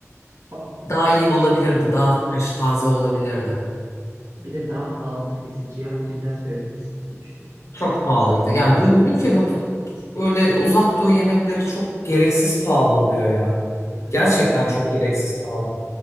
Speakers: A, on the right; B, on the left.
A: Pa-
B: Daha iyi olabilirdi,
A: Ci-
B: daha fresh, taze olabilirdi.
A: bir de daha pahalıdır kesin. Cihangir'den söylemişsin sonuçta.
B: Çok pahalıydı. Yani bu, bu ülkede bu- böyle uzak doğu yemekleri çok gereksiz pahalı oluyor ya.
A: Ya katılıyorum.
B: Gerçekten
A: Gene.
B: çok gereksiz pahalı.